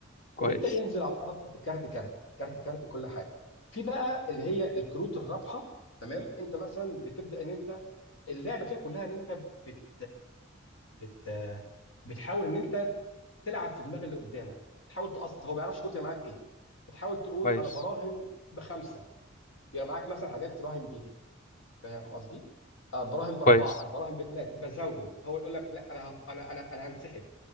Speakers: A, on the left (about 40°); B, on the left (about 90°).
A: كويس
B: وبيبدا ينزل على الارض كارت كارت كارت كارت كل حاجه في بقى اللي هي الكروت الرابحه تمام انت مثلا بتبدا ان انت اللعبه فيها كلها ان انت بت بت بتحاول ان انت تلعب في دماغ اللي قدامك بتحاول تقص هو ما بيعرفش كروت هي معاك ايه بتحاول تقول
A: كويس
B: انا براهن بخمسه يبقى معاك مثلا حاجات تراهن بيها فاهم قصدي؟ أه براهن باربعه
A: كويس
B: انا براهن بثلاثه بزود هو يقول لك لا انا هف... انا انا انا هنسحب